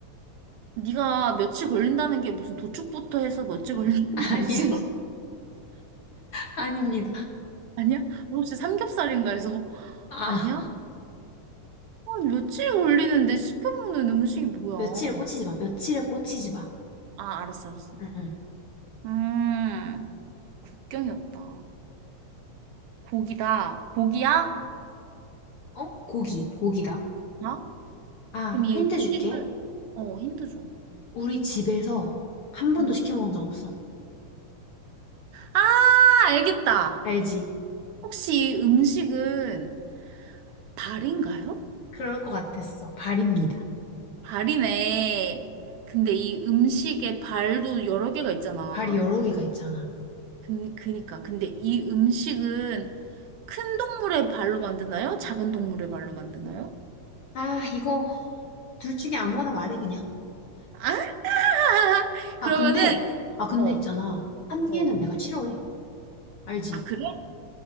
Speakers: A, on the right (about 80°); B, on the left (about 65°).
A: 네가 며칠 걸린다는 게 무슨 도축부터 해서 며칠 걸린다는 거
B: 아니야,
A: 알지?
B: <laughs>
A: <laughs>
B: 아닙니다.
A: 아니야? 혹시 삼겹살인가 해서
B: 아,
A: 아니야? 아, 며칠 걸리는데 시켜먹는 음식이 뭐야?
B: 며칠에 꽂히지 마, 며칠에 꽂히지 마.
A: 아, 알았어, 알았어.
B: 응, 응.
A: 음, 국경이 없다. 고기다. 고기야?
B: 어? 고기, 고기다.
A: 어?
B: 아,
A: 그럼 이
B: 힌트
A: 음식을
B: 줄게.
A: 어, 힌트 줘.
B: 우리 집에서 한 번도
A: 어.
B: 시켜 먹은 적 없어.
A: 아, 알겠다.
B: 알지?
A: 혹시 이 음식은 발인가요?
B: 그럴 것 같았어. 발입니다.
A: 발이네. 근데 이 음식에 발도 여러 개가 있잖아.
B: 발이 여러 개가 있잖아.
A: 그, 그니까. 근데 이 음식은 큰 동물의 발로 만드나요? 작은 동물의 발로 만드나요?
B: 아, 이거 둘 중에 아무거나 말해, 그냥.
A: 아, <laughs> 그러면은,
B: 아, 근데, 아, 근데
A: 어,
B: 있잖아. 한 개는
A: 어.
B: 내가 싫어해. 알지?
A: 아, 그래?